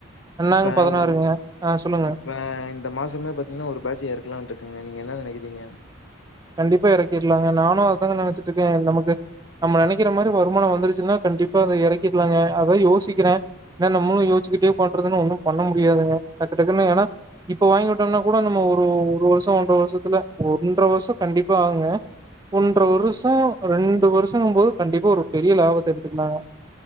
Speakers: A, on the right (about 20°); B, on the left (about 70°).
A: என்னாங்க
B: இப்ப
A: பதினாறுங்க
B: ஒரு
A: ஆ சொல்லுங்க
B: இப் ப இந்த மாசமே பாத்தீங்கன்னா ஒரு பேட்ச் ஏறக்கலான்னு இருக்கங்க நீங்க என்ன நெனைக்கறீங்க
A: கண்டிப்பா இறக்கிட்லாங்க நானு அததாங்க நினைச்சிட்டு இருக்கே நமக்கு நம்ம நெனைக்கிற மாறி வருமானம் வந்துருச்சுன்னா கண்டிப்பா அதை இறக்கிட்லாங்க அத்தா யோசிக்கிறே என்ன நம்மளும் யோசச்சிக்கிட்டே உக்காண்டு இருந்தம்ன்னா ஒன்னும் பண்ண முடியாதுங்க டக்கு டக்குன்னு ஏன்னா இப்ப வாங்கி விட்டம்னா கூட நம்ம ஒரு ஒரு வருஷம் ஒன்ரை வருஷத்துல ஒன்ரை வருஷம் கண்டிப்பா ஆகுங்க ஒன்ரை வருஷம் ரெண்டு வருஷங்கபோது கண்டிப்பா ஒரு பெரிய லாபத்தை எடுத்துக்களாங்க